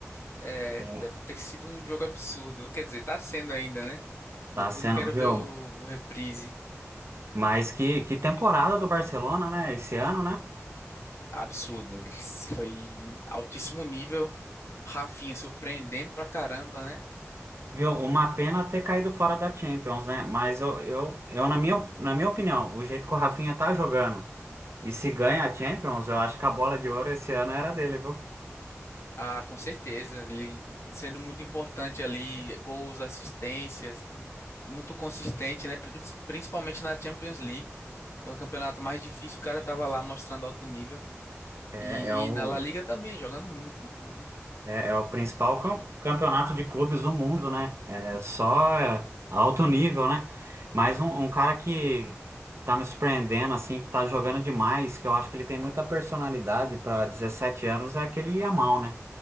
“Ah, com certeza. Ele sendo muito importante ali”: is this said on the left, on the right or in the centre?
Left